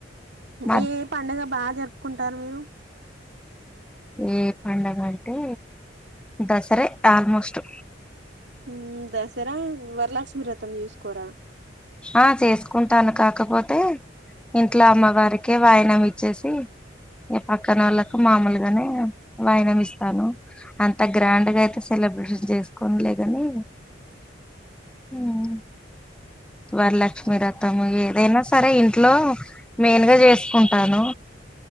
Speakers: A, in the centre; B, on the right.
A: మ
B: ఏ పండగా బాగా జరుపుకుంటారు మీరు
A: ఏ పండగంటే దసరే ఆల్మోస్ట్
B: మ్ దసరా వరలక్ష ఈ రతం చేస్కోరా
A: ఆ చేసుకుంట తను కాకపోతే ఇంట్లో అమ్మవారికే వాయనం ఇచ్ వచ్చేసి ఈ పక్కన వాళ్ళలకు మామూలుగానే వాయినం ఇస్తాను అంతా గ్రాండ్గా అయితే సెలబ్రి చేసుకోనలేగాని మ్ వరలక్ష్మి వ్రతం ఏదైనా సరే ఇంట్లో మెయిన్గా చేసుకుంటాను